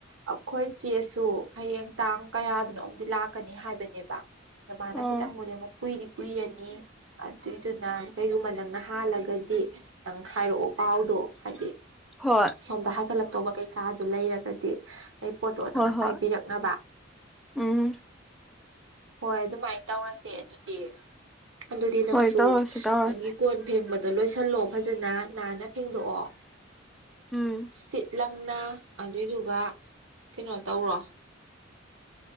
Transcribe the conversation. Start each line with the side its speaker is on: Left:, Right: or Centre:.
Right: ꯑꯩꯈꯣꯏ ꯆꯦꯁꯨ ꯍꯌꯦꯡ ꯇꯥꯡ ꯀꯌꯥꯗꯅꯣ ꯑꯃꯗꯤ ꯂꯥꯛ ꯂꯥꯛꯀꯅꯤ ꯍꯥꯏꯕꯅꯦꯕ ꯑꯗ ꯃꯥꯅ
Centre: ꯑꯣ
Right: ꯈꯤꯇꯪꯕꯨꯗꯤ ꯑꯃꯨꯛ ꯀꯨꯏꯗꯤ ꯀꯨꯏꯔꯅꯤ ꯑꯗꯨꯏꯗꯨꯅ ꯀꯩꯒꯨꯝꯕ ꯅꯪꯅ ꯍꯥꯜꯂꯒꯗꯤ ꯅꯪ ꯈꯥꯏꯔꯛꯑꯣ ꯄꯥꯎꯗꯣ ꯍꯥꯏꯗꯤ
Centre: ꯍꯣꯏ
Right: ꯁꯣꯝꯗ ꯍꯥꯏꯒꯠꯂꯛꯇꯧꯕ ꯀꯩꯀꯥꯗꯨ ꯂꯩꯔꯒꯗꯤ ꯑꯩ ꯄꯣꯠꯇꯣ ꯅꯪꯅ
Centre: ꯍꯣꯏ ꯍꯣꯏ
Right: ꯄꯥꯏꯕꯤꯔꯛꯅꯕ
Centre: ꯎꯝ
Right: ꯍꯣꯏ ꯑꯗꯨꯃꯥꯏꯅ ꯇꯧꯔꯁꯦ ꯑꯗꯨꯗꯤ ꯑꯗꯨꯗꯤ ꯅꯪꯁꯨ
Centre: ꯍꯣꯏ ꯇꯧꯔꯁꯦ ꯇꯧꯔꯁꯦ
Right: ꯅꯪꯒꯤ ꯀꯣꯟ ꯐꯦꯡꯕꯗꯣ ꯂꯣꯏꯁꯜꯂꯣ ꯐꯖꯅ ꯅꯥꯟꯅ ꯐꯦꯡꯗꯣꯛꯑꯣ
Centre: ꯎꯝ
Right: ꯁꯤꯠ ꯂꯪꯅ ꯑꯗꯨꯏꯗꯨꯒ ꯀꯩꯅꯣ ꯇꯧꯔꯣ